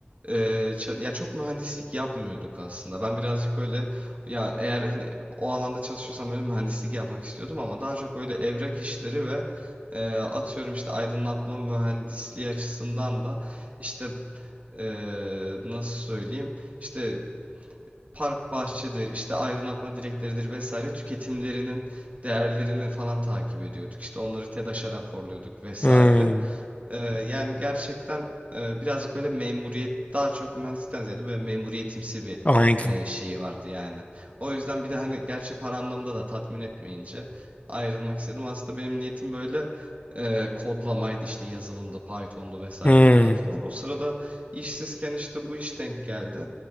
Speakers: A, on the right; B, on the left.
A: e, ça- ya çok mühendislik yapmıyorduk aslında. Ben birazcık böyle ya eğer hani o alanda çalışıyorsam öyle mühendislik yapmak istiyordum ama daha çok böyle evrak işleri ve e, atıyorum işte aydınlatma mühendisliği açısından da işte e, nasıl söyleyeyim işte park bahçedir işte aydınlatma direkleridir vesaire tüketimlerinin değerlerini falan takip ediyorduk. İşte onları TEDAŞ'a raporluyorduk vesaire.
B: Hmm,
A: Ee, yani gerçekten e, birazcık böyle memuriyet daha çok mühendislikten ziyade böyle memuriyetimsi bir
B: anladım.
A: e, şeyi vardı yani. O yüzden bir de hani gerçi para anlamında da tatmin etmeyince ayrılmak istedim. Aslında benim niyetim böyle e, kodlamaydı işte yazılımda Python'du vesaire
B: Hmm.
A: falan filan. O sırada işsizken işte bu iş denk geldi.